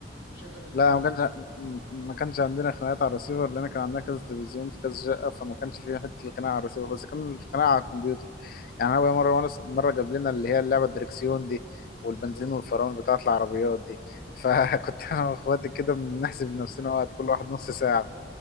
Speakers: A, on the left; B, on the left.
A: ويشغل اللي
B: لا
A: على
B: ما كانش م- ما كانش عندنا خناقات على الرسيفر لان كان عندنا كذا تلفزيون في كذا شقه فما كانش فيه حته الخناقه على الرسيفر بس كان الخناقه على الكمبيوتر يعني انا بقى مره مره مره جاب لنا اللي هي اللعبه الدركسيون دي والبنزين
A: مزاجه
B: والفرامل بتاعه العربيات دي
A: اه
B: فكنت <laughs> انا واخواتي كده بنحسب لنفسنا وقت كل واحد نص ساعه